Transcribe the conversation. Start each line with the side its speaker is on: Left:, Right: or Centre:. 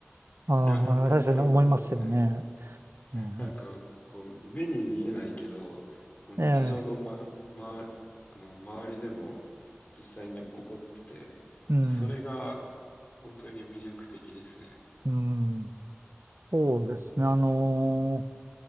Right: あー、
Left: いや、本当にそうですよね。
Right: 確かに思いますよね。うん、
Left: なんか、こう、目に見えないけど、もう日常の、
Right: ええ、
Left: ま、ま、あの、周りでも実際に起こってて、
Right: うん、
Left: それが本当に魅力的ですね。
Right: うん、そうですね。あの